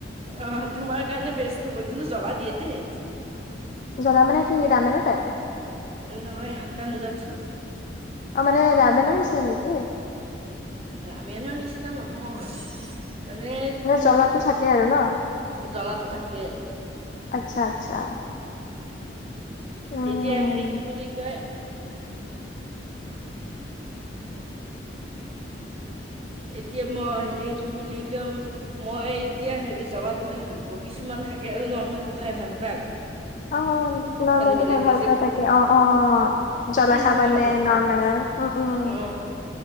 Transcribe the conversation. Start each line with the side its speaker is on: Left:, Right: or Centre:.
Right: আহ তোমাৰ কাৰণে বেস্ত হ'ব কিন্তু জ্বলা দিয়ে দেই
Left: জ্বলা মানে কি ৰাামোন তাই
Right: নহয় হাক্কা নুডলছত
Left: অ মানে ৰামেনান চতি
Right: ৰামায়ণৰ নিচিনা নহয়। মানে তোৰ,
Left: জ্বলাটো থাকে আৰু ন
Right: জ্বলাটো থাকে।
Left: আচ্ছা আচ্ছা। উম
Right: এতিয়া হেৰি, কি বুলি কয়? এতিয়া মই হেৰি, কি বুলি কম? মই এতিয়া হেৰি জ্বলা টো খাই ভাল পাওঁ, কিছুমান থাকে আৰু নৰ্মেল টো খাই ভাল পাই
Left: অ, নৰ্মেলটো
Right: বিলাকে
Left: খাই ভাল
Right: যে
Left: পাই তাকে অ, অ, জলা
Right: কোনটো
Left: চাবা
Right: খাব
Left: নে নৰ্মেল, উম, উম,
Right: অ